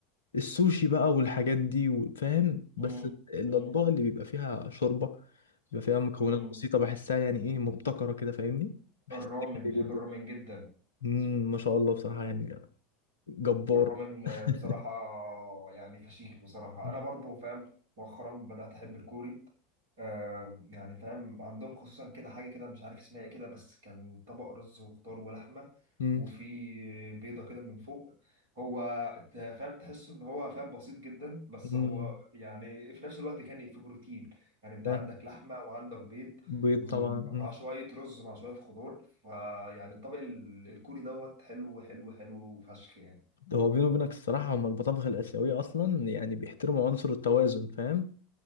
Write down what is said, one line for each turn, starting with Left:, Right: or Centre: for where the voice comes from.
Left: السوشي بقى والحاجات دي و- فاهم بس
Right: مم.
Left: الأطباق
Right: مم.
Left: اللي بيبقى فيها شوربة بيبقى فيها مكونات
Right: مم.
Left: بسيطة بحسها يعني إيه مبتكرة كده فاهمني بحسها
Right: الرامن
Left: كتير
Right: بحب
Left: جدا
Right: الرامن جدا
Left: مم، ما شاء الله بصراحة يعني جبار
Right: الرومن
Left: <laughs>
Right: بصراحة يعني فشيخ بصراحة
Left: مم،
Right: أنا برضو فاهم مؤخرا بدأت أحب الكوري آه يعني فاهم عندهم خصوصا كده حاجة كده مش عارف اسمها ايه كده بس كان طبق رز وخضار ولحمة
Left: مم،
Right: وفي بيضة كده من فوق هو ت- فاهم تحس إن هو فاهم بسيط جدا بس
Left: مم.
Right: هو يعني في نفس الوقت كان في بروتين يعني أنت
Left: ده
Right: عندك لحمة وعندك بيض
Left: بيض
Right: مم،
Left: طبعا
Right: مع شوية رز مع شوية خضار فيعني الطبق ال- الكوري دوت حلو حلو حلو فشخ يعني
Left: هو بيني وبينك الصراحة هما المطابخ الآسيوية أصلا يعني بيحترموا عنصر التوازن فاهم